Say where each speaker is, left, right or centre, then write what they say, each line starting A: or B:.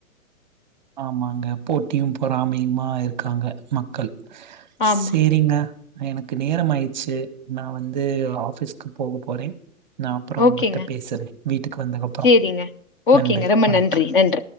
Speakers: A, on the right; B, on the left.
A: ஆமாங்க போட்டியு பொறாமையுமா இருக்காங்க மக்கள்
B: ஆமா.
A: சேரிங்க எனக்கு நேரம் ஆய்ச்சு நா வந்து ஆபிஸ்க்கு போக போறே நா அப்றோ
B: ஓகேங்க.
A: உங்கிட்ட பேசுறே வீட்டுக்கு வந்தகப்றோ
B: சேரிங்க. ஓகேங்க.
A: நன்றி
B: ரொம்ப
A: வணக்கம்
B: நன்றி. நன்றி.